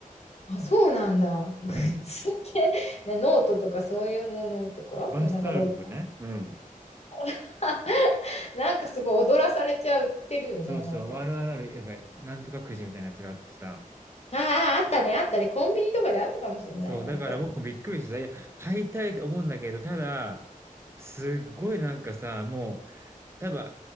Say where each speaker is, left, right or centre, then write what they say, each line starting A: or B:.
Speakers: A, on the left; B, on the right.
A: あ、そうなんだ。グッズって、
B: うん。
A: ねノートとかそういうものとか、
B: バスタオルとかね。
A: そうなんかロゴ、
B: うん。
A: <laughs> なんかすごい踊らされちゃってるよね、
B: そうそう。
A: まあた。
B: あるあるある、
A: あ
B: なんか、なんとかくじみたいなやつがあってさ。
A: あ、あったね、あったね。コンビニとかであったかもしれない。
B: そう。
A: なんか、
B: だから僕もびっくりしてさ、いや、買いたいと思うんだけど、ただ、すっごいなんかさ、もう、多分、